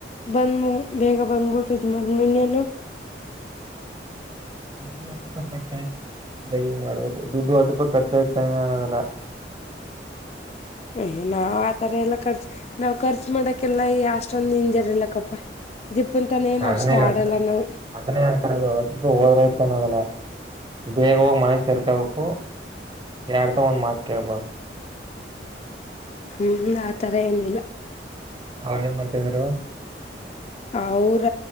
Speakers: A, on the left (about 35°); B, on the right (about 25°).
A: ಬಂದ್ ಬೇಗ ಬಂದ್ಬಿಟ್ಟು ಇದ ಮಾಡ್ಮಿನ್ನೇನು <inaudible>
B: ದು್ೂಪ ಕಟ್ತಾಯ ದಯ ಮಾಡ್ಬೇಕು ದುಡ್ಡು ವಾತಪ ಖರ್ಚ ಆಯ್ತ ನಾನದೆಲ್ಲ
A: ಅಯ ನಾವ್ ಆತರ ಎಲ್ಲ ಖರ್ಚು ನಾವ್ ಖರ್ಚು ಮಾಡಕ್ಕೆ ಕಲ್ಲ ಅಷ್ಟೊಂದ ಇಂಜರ್ ಇಲ್ಲಕ್ಕಪ್ಪ ಜಿಪ್ಪುಂತನ ಏನ್
B: ಅದನೇ
A: ಅಷ್ಟ ಆಡಲ್ಲ
B: ಅಂತರ
A: ನಾವು
B: ಅದನೇ ಅಂತರ ಅವತ್ ರೂಪಾಯಿ ಹೋದ್ರ ಇತನದೆಲ್ಲಾ ಬೇಗವಾಗಿ ಮನೆಸ ಸೇರ್ಕೊಬೇಕು ಯಡ್ತ ಒಂದ್ ಮಾತ ಕೇಳ್ಬೋದು
A: ಹ್ಮ ಆ ತರ ಏನಿಲ್ಲ
B: ಅವ್್ರ ಏನ್ ಮಾಡ್ತಾಿದಾರ
A: ಅವ್ರ